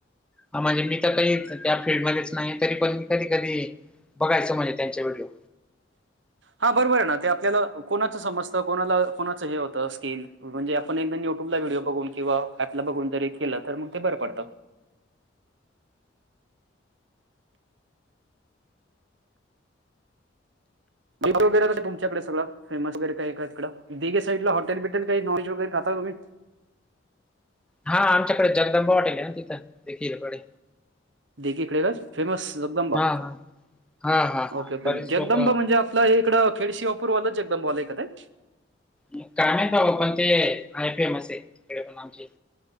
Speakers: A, in the centre; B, on the right.
A: हां म्हणजे मी तरं नाहींये त्यां फील्ड मध्येचं नाही तरी पणं मी कधीं कधीं बघायचं म्हणजे त्यांचे व्हिडिओ
B: हां बरोबर आहे नां ते आपल्यांला कोणाचं समजतं कोणांला कोणाचं हे होतं स्किन म्हणजे आपणं एकदां युट्यूंबला व्हिडिओ बघूंन किंवा आपला बघूंन जरी केलं तरं मगं ते बरं पडतं वंट वगैरें कां तुच्याकडे सगं फेमस वगैरें कां इकडेगेईला हॉटेल बिटलं कांहीं नं वगैरें खांतात तुम्हीं
A: हां आमच्याकडे जगदंबा हॉटेल आहे नां तिथं देखीलकडे
B: देखीकडे कां फेमस जगदंबा
A: हा हा हा हा हा
B: ओके ओके
A: बरेच
B: जगदंबा
A: लोक
B: म्हणजे आपलं हे इकडं खेडसिवापूरवालंच एकदंम वालां क ते
A: मगं कायंम आहे बाबां पणं ते आयफी एमस आहे तिकडे पणं आमचे